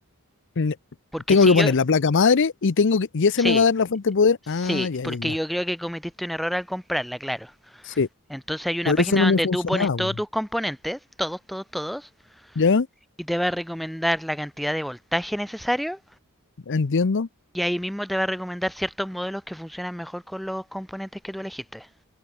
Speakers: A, on the left; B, in the centre.
A: N-
B: Porque
A: Tengo
B: si
A: que poner
B: yo,
A: la placa madre y tengo que, y ese
B: sí,
A: me va a dar la fuente de poder.
B: sí,
A: Ah, ya,
B: porque
A: ya, ya.
B: yo creo que cometiste un error al comprarla, claro.
A: Sí.
B: Entonces hay una
A: Por
B: página
A: eso no
B: donde
A: me funcionaba.
B: tú pones todos
A: weón.
B: tus componentes, todos, todos, todos,
A: ¿Ya?
B: y te va a recomendar la cantidad de voltaje necesario.
A: Entiendo.
B: Y ahí mismo te va a recomendar ciertos modelos que funcionan mejor con los componentes que tú elegiste.